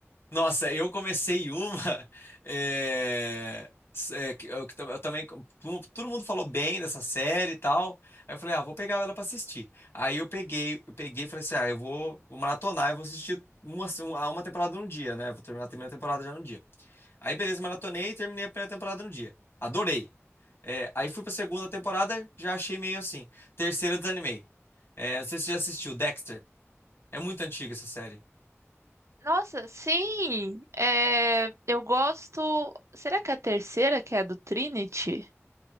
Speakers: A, on the left (about 55°); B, on the right (about 70°).
A: Nossa, eu comecei uma. <laughs> é, é, que eu, que tam- eu também. tu- Todo mundo falou bem dessa série e tal. Aí eu falei, ah, vou pegar ela pra assistir. Aí eu peguei, eu peguei e falei assim: ah, eu vou, vou maratonar e vou assistir uma, uma, uma temporada no dia, né? Vou terminar a primeira temporada já no dia. Aí, beleza, maratonei e terminei a primeira temporada no dia. Adorei. É, aí fui pra segunda temporada, já achei meio assim. Terceira, desanimei. É, não sei se você já assistiu, Dexter. É muito antiga essa série.
B: Nossa, sim! É, eu gosto. Será que é a terceira, que é a do Trinity?